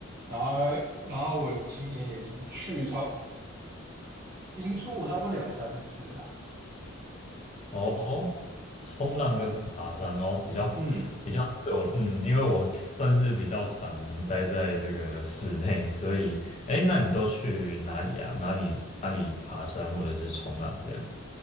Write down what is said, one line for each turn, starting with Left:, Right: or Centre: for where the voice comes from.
Right: 然后然后我今年已经去差，已经出国差不多两三次了。
Left: 哦，冲浪跟爬山哦，比较
Right: 嗯。
Left: 比较对我，嗯，因为我 <laughs> 算是比较常待在这个室内，所以，哎，那你都去哪里啊？哪里哪里爬山或者是冲浪这样？